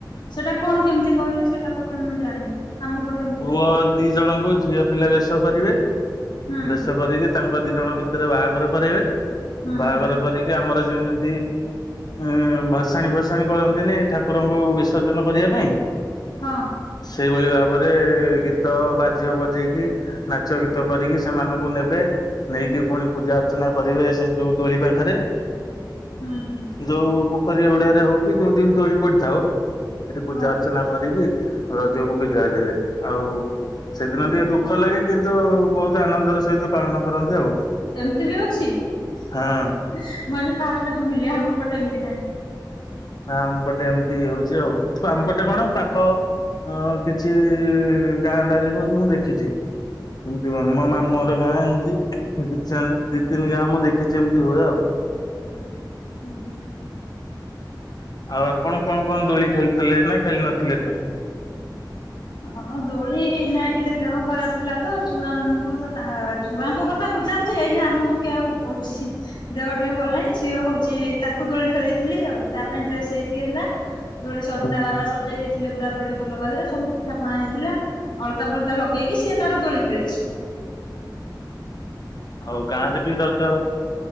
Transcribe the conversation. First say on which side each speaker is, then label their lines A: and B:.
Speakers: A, on the left; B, on the left.
A: ସେଇଟା କଣ କେମିତି କହିଲେ ସେଇଟା ତ କାଇଁ ମୁଁ ଜାଣିନି? ଆମ ପଟେ ଏ
B: ପୁଅ ଦି ଜଣଙ୍କୁ ଝିଅ ପିଲା ବେଶ କରିବେ
A: ହୁଁ
B: ବେଶ କରିକି ତାଙ୍କ ଦି ଜଣଙ୍କ ଭିତରେ ବାହାଘର କରିବେ
A: ହୁଁ
B: ବାହାଘର
A: ହୁଁ
B: କରିକି ଆମର ଯେମିତି ଇଁ ଭସାଣି ଫସାଣି କରନ୍ତିନି ଠାକୁରଙ୍କୁ ବିସର୍ଜନ କରିବା ପାଇଁ।
A: ହଁ।
B: ସେଇଭଳି ଭା ପରେ ଗୀତ ବାଜିବ ବଜେଇକି ନାଚ ଗୀତ କରିକି ସେମାନଙ୍କୁ ନେବେ। ନେଇକି ପୁଣି ପୂଜା ଅର୍ଚ୍ଚନା କରିବେ ସେ ଯୋଉ ଦୋ ଦୋଳି ପାଖରେ।
A: ହୁଁ ହୁଁ।
B: ଯୋଉ ପୋଖରୀ ହୁଡାରେ ହଉ କିି ଯୋଉଠି ବି ଦୋଳି ପଡିଥାଉ ସେଠି ପୂଜା
A: ହଁ
B: ଅର୍ଚ୍ଚନା କରିକି ରଜକୁ ବିଦାୟ ଦେବେ ଆଉ ସେଦିନ
A: ଓହୋ।
B: ଟିକେ ଦୁଃଖ ଲାଗେ। କିନ୍ତୁ ବହୁତ ଆନନ୍ଦର ସହିତ ପାଳନ କରନ୍ତି ଆଉ।
A: ଏମତି ବି ଅଛି ମୁଁ
B: ହଁ।
A: ଆଜି ଫାଷ୍ଟ ଶୁଣିଲି ଆମ ପଟେ ଏମିତି ନାହିଁ।
B: ଆମପଟେ ଏମିତି ହଉଛି ଆଉ ଆମପଟେ କଣ ପାକ ଅଁ କିଛି ଗାଁ ଦାରି ମୁଁ ମୁଦେଖିଚି। ଏମତି କୁହନି
A: ହଁ
B: ମୋ ମାମୁଁ
A: ହଁ
B: ଘର ଗାଁ ଏମିତି। ଦି ଚାରି ଦି ତିନି ଗାଁ ମୁଁ ଦେଖିଚି ଏମିତି ହୁଏ ଆଉ।
A: ହୁଁ ହୁଁ।
B: ଆଉ ଆପଣ କଣ କଣ ଦୋଳି ଖେଳିଥିଲେ ନା ଖେଳି ନଥିଲେ ଏଥର?
A: ହଁ ଦୋଳି ନାଇଁ ଟିକେ ଦେହ ଖରାପ ଥିଲା ତ ଛୁଆ ମାନଙ୍କୁ ତ ତା ଛୁଆଙ୍କ କଥା ବୁଝା ହଉଚି ଏଇନା ଆମକୁ କିଏ ଆଉ କହୁଚି। ଦେହ ଟିକେ ଭଲ ନାଇଁ ଝିଅ ହଉଚି ତାକୁ ଦୋଳି ଖେଳେଇଥିଲି ଆଉ ତା ପାଇଁ ଡ୍ରେସ ଏଇଟି ହେଲା। ଦୋଳି ସଜାରଆ
B: ହୁଁ।
A: ହେଲା ସଜେଇ ଦେଇଥିଲେ ପୁରା ଦୋଳି ଭଲ ଭାବରେ ସବୁ ପିଠାପଣା ହେଇଥିଲା ଅଳତା ଫଳତା ଲଗେଇକି ସିଏ ତାର ଦୋଳି ଖେଳିଚି।
B: ଆଉ ଗାଁରେ ବି ରଜ